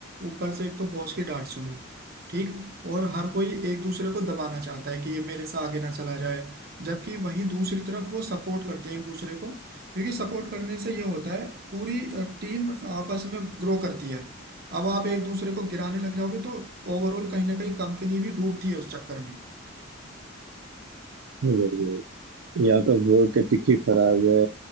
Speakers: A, on the right; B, on the right.
A: ऊपर से एक तो बॉस की डांट सुनो ठीक और हर कोई एक दूसरे को दबाना चाहता है कि ये मेरे से आगे ना चला जाए जबकि वहीं दूसरी तरफ वो सपोर्ट करते हैं एक दूसरे को क्योंकि सपोर्ट करने से ये होता है पूरी टीम आपस में ग्रो करती है अब आप एक दूसरे को गिराने लग जाओगे तो ओवरऑल कहीं ना कहीं कंपनी भी डूबती है उस चक्कर में
B: वही वही यहाँ का वर्क एथिक ही खराब है